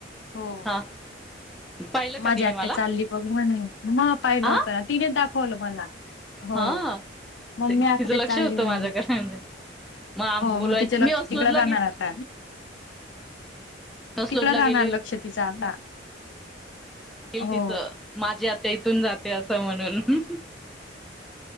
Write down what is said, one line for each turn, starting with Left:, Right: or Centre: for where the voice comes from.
Left: हो
Centre: हा पाहिलं
Left: माझी
Centre: का तिने
Left: आत्या
Centre: मला
Left: चालली बघ म्हणे म पाहिलं
Centre: हा
Left: होत तिने दाखवलं मला हो
Centre: हा
Left: मम्मी
Centre: ते
Left: आकडे
Centre: तिचं लक्ष
Left: चालली
Centre: होतं
Left: म्हणे
Centre: माझ्याकडे म्हणजे आम-
Left: हो
Centre: बोलवायचं
Left: मग तिच्या लक्ष
Centre: मी अस्लोदला
Left: तिकडं राहणार
Centre: गे
Left: आता
Centre: अस्लोदला
Left: तिकडं राहणार
Centre: गेली
Left: लक्ष तिचं आता
Centre: ये
Left: हो
Centre: तिचं माझी आत्या इथून जाते असं म्हणलं